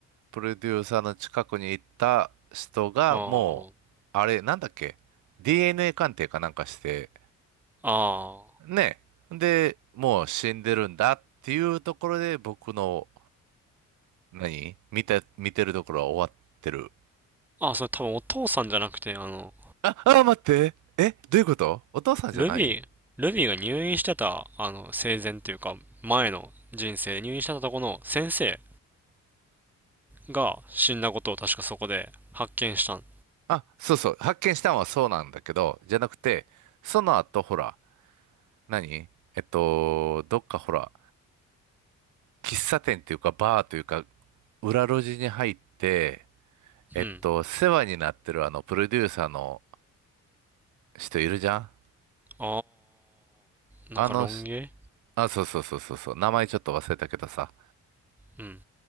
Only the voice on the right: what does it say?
プロデューサーの近くに行った人が、
もう、あれ、なんだっけ ?DNA 鑑定かなんかして、
ね。で、もう死んでるんだっていうところで、僕の、何見て、見てるところは終わってる。
あ、あ、待って。え、どういうことお父さんじゃない
あ、そうそう。発見したのはそうなんだけど、じゃなくて、その後、ほら、何えっと、どっかほら、喫茶店っていうか、バーというか、裏路地に入って、えっと、
世話になってるあの、プロデューサーの人いるじゃん
あのし、
あ、そうそうそうそうそう、名前ちょっと忘れたけどさ、